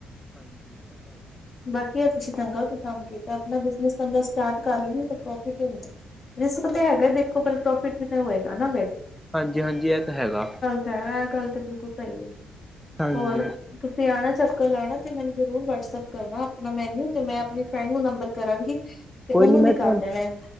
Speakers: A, in the centre; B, on the left.
A: ਹਾਂਜੀ ਇਹ ਤਾਂ ਹੈਗਾ
B: ਬਾਕੀ ਆ ਤੁਸੀ ਚੰਗਾ ਕੋਈ ਕੰਮ ਕੀਤਾ, ਅਪਣਾ ਬਿਜਨਸ ਬੰਦਾ ਸਟਾਰਟ ਕਰਲੇ ਨਾ, ਫਿਰ ਪ੍ਰੌਫਿਟ ਹੀ ਹੁੰਦਾ। ਰਿਸਕ ਤੇ ਹੈਗਾ
A: ਹਾਂਜੀ
B: ਦੇਖੋ, ਫਿਰ ਪ੍ਰੌਫਿਟ ਵੀ ਤਾਂ ਹੋਏਗਾ ਨਾ ਫਿਰ।
A: ਹਾਂਜੀ-ਹਾਂਜੀ, ਇਹ ਤਾ ਹੈਗਾ।
B: ਐ ਗੱਲ ਤੇ ਬਿਲਕੁਲ ਸਹੀ ਏ,
A: ਹਾਂਜੀ
B: ਹੋਰ? ਤੁਸੀ ਆਣਾ, ਚਕਰ ਲਾਣਾ ਤੇ ਮੈਨੂੰ ਜਰੂਰ ਵਟਸਐਪ ਕਰਨਾ ਆਪਣਾ ਮੈਨਿਊ, ਤੇ ਮੈ
A: ਹਾਂਜੀ
B: ਆਪਣੀ ਫਰੈਡ ਨੂੰ ਨੰਬਰ ਕਰਾਂਗੀ ਤੇ
A: ਕੋਈ
B: ਉਹਨੂੰ
A: ਨੀ ਮੈ
B: ਵੀ
A: ਤੁਹਾਨ,
B: ਕਰ ਦੇਣਾ